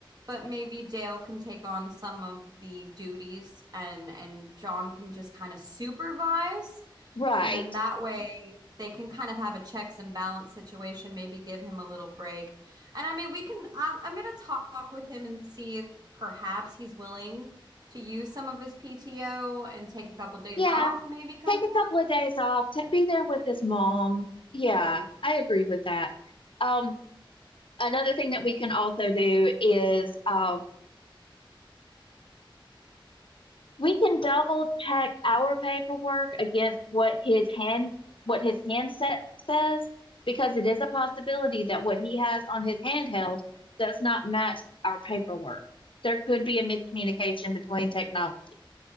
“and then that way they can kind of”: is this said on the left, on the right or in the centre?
Right